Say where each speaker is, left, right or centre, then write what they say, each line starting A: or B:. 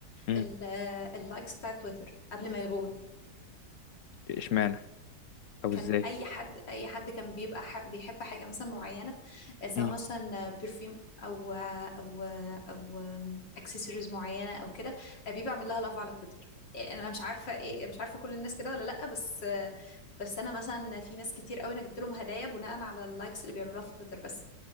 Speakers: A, on the left; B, on the left.
A: مم،
B: ال- آه، اللايكس بتاع تويتر قبل ما يلغوها
A: اشمعنى او
B: كان
A: ازاي
B: اي حد اي حد كان بيبقى ح... بيحب حاجه مثلا معينه آه، سواء
A: مم،
B: مثلا برفيوم او او او اكسسوارز معينه او كده آه، بيبقى عامل لها لاف على تويتر آه، انا مش عارفه إيه مش عارفه كل الناس كده ولا لا بس آه، بس انا مثلا في ناس كتير قوي انا جبت لهم هدايا بناء على اللايكس اللي بيعملوها في تويتر بس